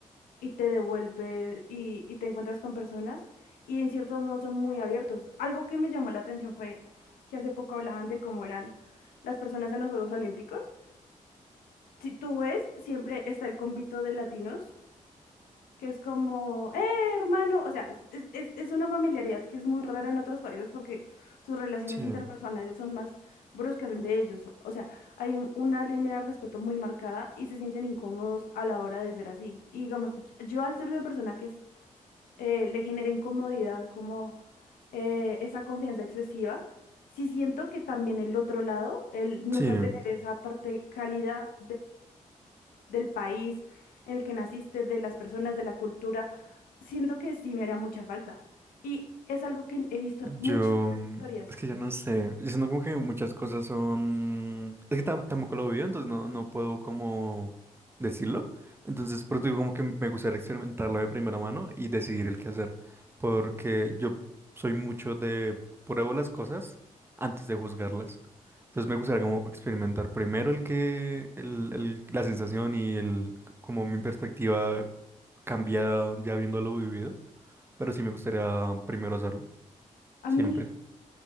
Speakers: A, on the left (about 85°); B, on the right (about 15°).
A: y te devuelve y, y te encuentras con personas y en cierto modo son muy abiertos. Algo que me llamó la atención fue que hace poco hablaban de cómo eran las personas en los Juegos Olímpicos. Si tú ves, siempre está el convito de latinos que es como, eh, hermano, o sea, es, es, es una familiaridad que es muy rara en otros países porque sus relaciones
B: Sí,
A: interpersonales son más bruscas entre ellos. O sea, hay un- una línea de respeto muy marcada y se sienten incómodos a la hora de ser así. Y digamos, yo al ser una persona que es, eh, le genera incomodidad como eh, esa confianza excesiva, sí siento que también el otro lado, el nunca
B: sí.
A: tener esa parte cálida del país en el que naciste, de las personas, de la cultura, siento que sí me haría mucha falta. Y es algo que he visto muchísimas
B: Yo, mm,
A: historias.
B: es que ya no sé, yo siento como que muchas cosas son, es que tam- tampoco lo vivo, entonces no, no puedo como decirlo, entonces por eso digo como que me gustaría experimentarlo de primera mano y decidir el qué hacer, porque yo soy mucho de pruebo las cosas antes de juzgarlas, entonces me gustaría como experimentar primero el que, el, el- la sensación y el, como mi perspectiva cambia ya habiéndolo vivido, pero sí me gustaría primero hacerlo,
A: A
B: siempre.
A: mí,